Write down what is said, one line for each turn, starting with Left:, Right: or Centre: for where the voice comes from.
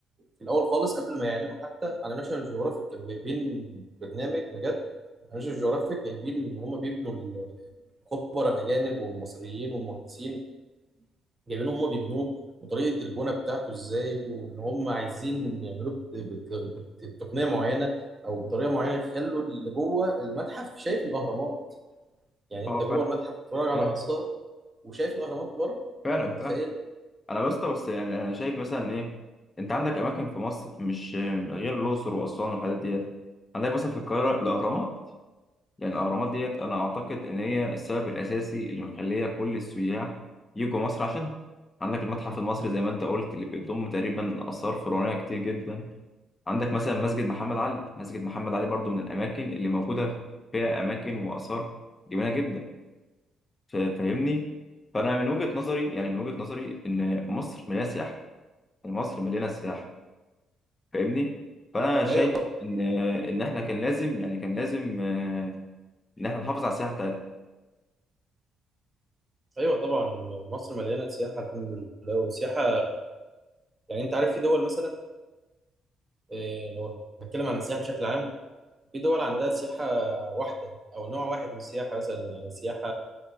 Right: في الاول خالص قبل ما يعلنوا حتى على ناشونال جيوغرافيك كانوا جايبين برنامج بجد ناشونال جيوغرافيك جايبين ان هم بيبنوا الخبراء الاجانب والمصريين والمهندسين جايبين هم بيبنوه وطريقه البناء بتاعته ازاي وان هم عايزين يعملوه بت- بت- بتقنيه معينه او بطريقه معينه يخلوا اللي جوه المتحف شايف الاهرامات يعني انت
Left: اه
Right: جوه
Left: فاهم
Right: المتحف بتتفرج على
Left: فاهم
Right: اثار وشايف الاهرامات بره
Left: فعلا
Right: انت متخيل؟
Left: فاهم انا بس بس يعني انا شايف مثلا ايه انت عندك اماكن في مصر مش غير الاقصر واسوان والحاجات ديت عندك مثلا في القاهرة الاهرامات يعني الاهرامات ديت انا اعتقد ان هي السبب الاساسي اللي مخليه كل السياح يجوا مصر عشان عندك المتحف المصري زي ما انت قلت اللي بيضم تقريبا اثار فرعونيه كتير جدا عندك مثلا مسجد محمد علي مسجد محمد علي برضو من الأماكن اللي موجودة فيها أماكن وآثار جميلة جدا ف- فاهمني فأنا من وجهة نظري يعني من وجهة نظري إن مصر مليانة سياحة يعني مصر مليانة سياحة فاهمني فأنا شايف
Right: ايوه طبعا
Left: إن إن إحنا كان لازم يعني كان لازم آه، إن إحنا نحافظ على السياحة بتاعتنا
Right: ايوه طبعا مصر مليانه سياحه الحمد لله والسياحه يعني انت عارف في دول مثلا إيه، لو نتكلم عن السياحة بشكل عام في دول عندها سياحة واحدة أو نوع واحد من السياحة مثلا يعني سياحة